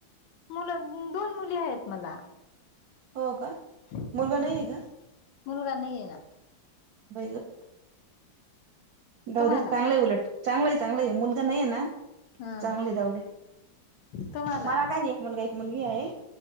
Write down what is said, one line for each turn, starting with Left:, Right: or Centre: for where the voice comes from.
Left: मुलं दोन मुली आहेत मला.
Right: हो का
Left: हम्म
Right: मुलगा नाहीये का
Left: मुलगा नाहीये ना
Right: बाई गं? जाऊद्या
Left: तुम्हाला
Right: चांगलंय हाय उलट चांगलंय हाय चांगलंय हाय मुल नाही ना
Left: हा
Right: चांगली जाऊ दे
Left: तुम्हाला
Right: मला काय नाही एक मुलगा, एक मुलगी आहे.